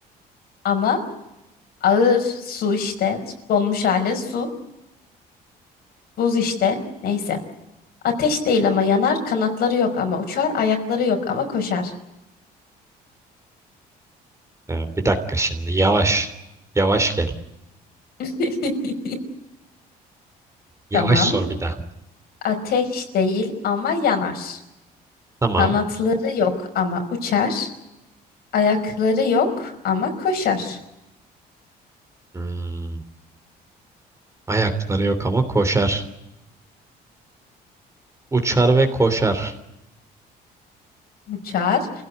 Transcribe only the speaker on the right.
Ee, bir dakika şimdi. Yavaş. Yavaş gel.
Yavaş
sor bir daha.
Tamam.
Hmm, ayakları yok ama koşar. Uçar ve koşar.